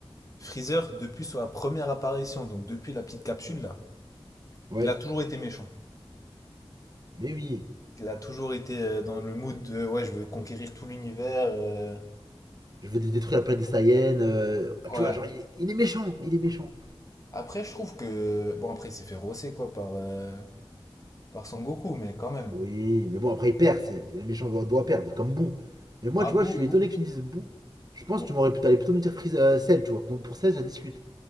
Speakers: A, on the left; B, on the right.
A: Freezer, depuis sa première apparition, donc depuis la petite capsule là,
B: Ouais,
A: il a toujours été méchant.
B: mais oui,
A: Il a toujours été euh, dans le mood de ouais, je veux conquérir tout l'univers. euh,
B: je veux détruire la planète des Saiyans. euh,
A: Ouais.
B: tu vois, genre, il est, il est méchant, il est méchant.
A: Après, je trouve que. Bon, après, il s'est fait rosser, quoi, par, euh, par Son Goku, mais quand même.
B: Oui, mais bon, après, il perd. c'est- le méchant doit, doit perdre, comme Boo. Mais moi,
A: Bah,
B: tu
A: bou,
B: vois, je suis
A: bou.
B: étonné que tu me dises Boo. Je pense
A: bou-
B: que tu m'aurais pu t'aller plutôt me dire Freezer, euh, Cell, tu vois. Pour Cell, ça discute.